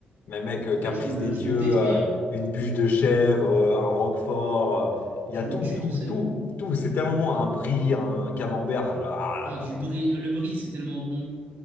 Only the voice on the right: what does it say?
Ah, je me,
je me le détruis,
hein.
Je
me le tue
tout seul.
Ah,
du
bris, le bris, c'est tellement bon.